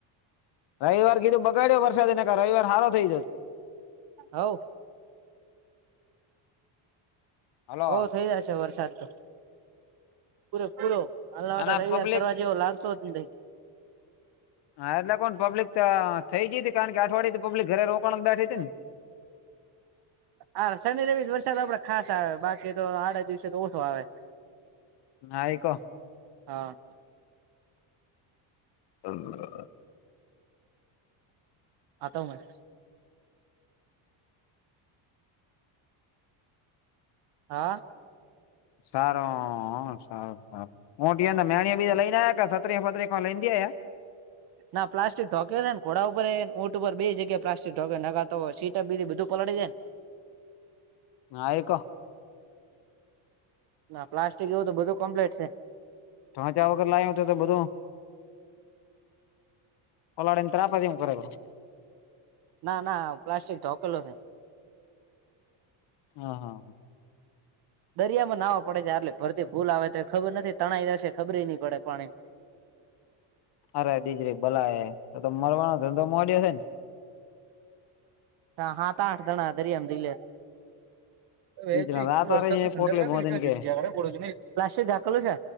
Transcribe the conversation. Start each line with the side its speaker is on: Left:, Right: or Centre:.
Left: રવિવાર કીધું બગાડ્યો વરસાદ એ નકર રવિવાર હારો થઈ જાત
Right: હવ
Left: હલો
Right: હો થઈ જાય છે વરસાદ તો પૂરે પૂરો અલર્ટ
Left: અને
Right: તૈયાર
Left: પબ્લિક
Right: કરવા જેેવો લાગતો જ નથી
Left: હા એટલે કોણ પબ્લિક તો થઈ ગઈ તી કારણ કે અઠવાડય તો પબ્લિક ઘરે રોકાણ બેઠી હતી ને
Right: આ શનિ રવિ જ વરસાદ આપડે ખાસ આવે બાકી તો આડા દિવસે તો ઓછો આવે
Left: હા એ તો
Right: હા
Left: <unintelligible>
Right: આ તો મસ્ત હા
Left: સારું સારું સારું <unintelligible> બી લઈને આ્યા કે સત્રી ફત્રી <unintelligible> આયા
Right: ના પ્લાસ્ટિક ઢોક્યો છે ને ઘોડા ઉપર એને ઊટ ઉપર બે જગ્યા પ્લાસ્ટિક ઢોક નખાતો સીટ બીટ બધું પલળડી જાયને
Left: <unintelligible>
Right: ના પ્લાસ્ટિક એવું તો બધું કમ્પ્લીટ છે
Left: પહોંચ્યા વગર લાયો હતો તો બધું. પલાળીણ ત્રાસા જેઉ કરાયવો
Right: ના ના પ્લાસ્ટિક તો હૂકેલો છે
Left: હા હા
Right: દરિયા માં નાહવા પડે છે એટલે ભરતી ફુલ આવે તો ખબર નથી તણાઈ જશે ખબરી નહી પડે પાણી
Left: અરે દીજરી ભલાય તો મરવાનો ધંધો મોડ્યો છે ને?
Right: હા હા તો આઠ જણા દર આમ દી લ. વ
Left: બીચના
Right: એક
Left: રાતા
Right: તો વરસાદ
Left: રહી પોટલી
Right: નાડકા
Left: મોદીને કે
Right: પ્લાસ્ટખલો છે.